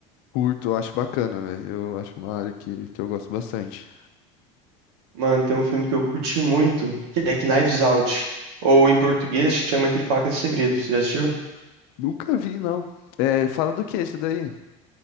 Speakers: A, on the left; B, on the right.
A: Curto, acho bacana, velho. Eu acho uma área que, que eu gosto bastante.
B: Mano, tem um filme que eu curti muito, que é Knives Out. Ou em português, chama Entre Facas e Segredos. Você já assistiu?
A: Nunca vi, não. É, fala do que esse daí?